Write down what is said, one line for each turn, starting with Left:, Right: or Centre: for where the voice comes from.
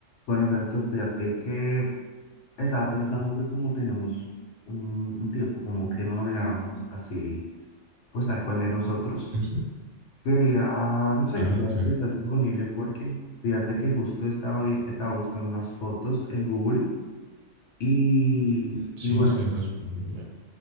Left: Bueno, Francisco, fíjate que estaba pensando que como tenemos un, un tiempo como que no hablábamos así, pues tal cual de nosotros,
Right: Sí, sí.
Left: quería, no sé,
Right: Ajá,
Left: quería
Right: entonces,
Left: ver si estás disponible porque fíjate que justo estaba bien, estaba buscando unas fotos en Google y,
Right: sí,
Left: y bueno,
Right: sí ando disponible.